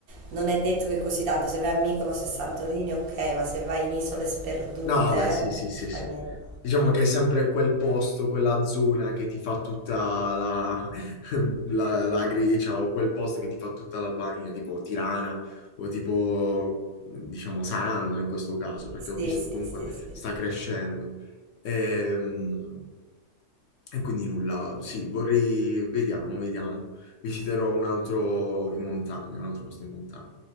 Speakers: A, on the right; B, on the left.
A: non è detto che così tanto, se vai a Mykonos e Santorini, ok, ma se vai in isole sperdute,
B: No, vabbè, sì,
A: eh, non
B: sì, sì, sì.
A: fa niente.
B: Diciamo che è sempre quel posto, quella zona che ti fa tutta la, <laughs> la- la Grecia o quel posto che ti fa tutta l'Albania, tipo Tirana o tipo, diciamo, Saranno in questo caso, perché
A: Sì,
B: ho visto
A: sì,
B: che comunque
A: sì, sì.
B: sta crescendo. Ehm, E, quindi nulla, sì, vorrei, vediamo, vediamo. Visiterò un altro in montagna, un altro posto in montagna.